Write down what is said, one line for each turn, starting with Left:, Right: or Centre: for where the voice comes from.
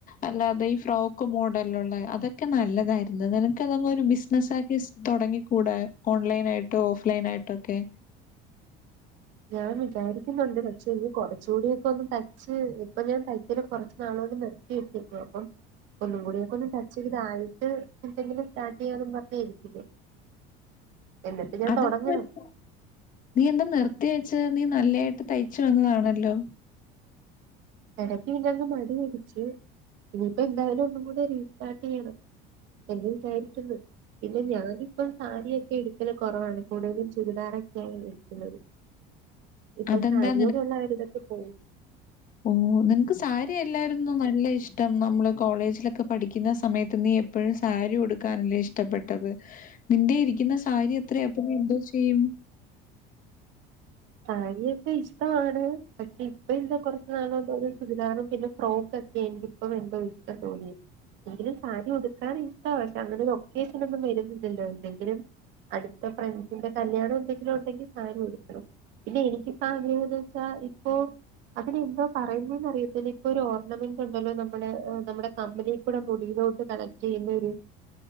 Left: അല്ലാതെ ഈ ഫ്രോക്ക് മോഡല്ലു അതൊക്കെ നല്ലതായിരുന്നു നിന ക്ക് അതൊരു ബിസിനസ്സ ആക്കി തൊടങ്ങി കൂടെ ഓൺലൈൻ ആയിട്ടോ ഓഫ്‌ലൈൻ ആയിട്ടൊക്കെ
Right: ഞാൻ വിചാരിക്കുന്നുണ്ട് പക്ഷെ എനിക്ക് കൊറച്ച് കൂടിയൊക്കെ ഒന്ന് തയ് പച്ച് ഇപ്പൊ ഞാൻ തയ്ക്കല് കൊറച്ച് നാളൊന്ന് നിർത്തി വെച്ചു അപ്പൊ ഒന്നും കൂടിയൊക്കെ ഒന്ന് ടച്ച് ചെയ്തായിട്ട് എന്തെങ്കിലും സ്റ്റാർട്ട് ചെയ്യാന്നും പറഞ്ഞ് ഇരിക്കുന്നെ എന്നിട്ട് ഞാൻ
Left: അതെന്ത്‌
Right: തുടങ്ങണം
Left: വെച്ച നീ എന്താ നിർത്തി വെച്ച് നീ നല്ലതായിട്ട് തയ്ച്ചു വന്നതാണല്ലോ?
Right: എടയ്ക്ക് പിന്നയങ് മടി മടിപിടിച്ച് ഇനിയിപ്പോ എന്തായാലും ഒന്നും കൂടെ റീസ്റ്റാർട്ട് ചെയ്യണം എ വിചാരിക്കുന്നു പിന്നെ ഞാനിപ്പം സാരിയൊക്കെ എട് ഇട്ക്കൽ കൊറവാണ് കൂടുതലും ചുരിദാറൊക്കെ ഇട്ക്ക്ണത് ഇപ്പൊ
Left: അതെന്താ
Right: സാരിയോട്ള്ള ആ ഇര് ഇതൊക്കെ പോയി
Left: ഓ നിനക്ക് സാരി എല്ലാരുംന്നും നല്ല ഇഷ്ടം നമ്മള് കോളേജിലൊക്കെ പഠിക്കുന്ന സമയത്ത് നീ എപ്പ പ്പഴും സാരി ഉടുക്കാനല്ലേ ഇഷ്ടപ്പെട്ടത് നിന്റെ ഇരിക്കുന്ന സാ സാരി എത്രയാ അപ്പ ഇനി എന്തൊ ചെയ്യും
Right: സാരിയൊക്കെ ഇഷ്ടമാണ് പക്ഷെ ഇപ്പ എന്തോ കൊറച്ചു നാളോ <unintelligible> ചുരിദാറും പിന്നെ ഫ്രോക്ക് എനിക്കിപ്പം എന്തൊ ഇഷ്ടം തോന്നിയെ എങ്കിലും സാരി ഉടുക്കാൻ ഇഷ്ടവ പക്ഷെ അങ്ങനെ ഒക്കേഷൻ ഒന്നും വരുന്നില്ലല്ലോ എന്തെങ്കിലും അടുത്ത ഫ്രണ്ട്സിന്റെ കല്യാണെ എന്തെങ്കിലുണ്ടെങ്കിൽ സാരി ഉടുക്കണം പിന്നെ എനിക്കിപ്പോ ആഗ്രഹം എന്ന് വെച്ചാ ഇപ്പൊ അതിനെന്താ പറയുന്നെന്നറിയത്തില്ല ഇപ്പൊ ഒരു ഓർണമെന്റ് ഉണ്ടല്ലോ നമ്മള് നമ്മുടെ കമ്മലീ കൂടെ മുടിയിലോട്ട് കണക്റ്റ് ചെയ്യുന്ന ഒരു